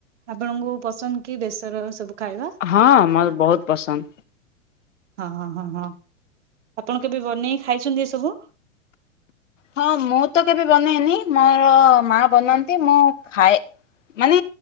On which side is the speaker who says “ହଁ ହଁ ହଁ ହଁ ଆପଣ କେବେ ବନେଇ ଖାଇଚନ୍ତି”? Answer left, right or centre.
Right